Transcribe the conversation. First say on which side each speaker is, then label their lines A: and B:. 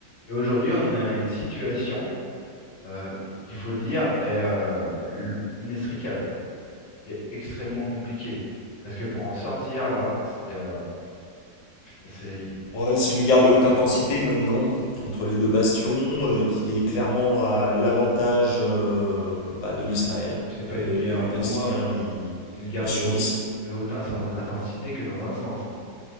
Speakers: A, on the left (about 45°); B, on the left (about 75°).
A: Et aujourd'hui, on en est à une situation euh, qu'il faut le dire est euh, l- inextricable, qui est extrêmement compliquée. Parce que pour en sortir, là, c'est euh, c'est-
B: Ouais, c'est une guerre de haute intensité maintenant, entre les deux bastions, euh, qui est clairement à l'avantage euh, bah,
A: c'est
B: de
A: p-
B: l'Israël.
A: c'est pas
B: Euh,
A: une guerre.
B: Les Palestiniens,
A: Pour moi,
B: ils,
A: c'est une guerre
B: ils
A: de,
B: subissent.
A: haut- de haute insen- intensité que dans un sens. hein.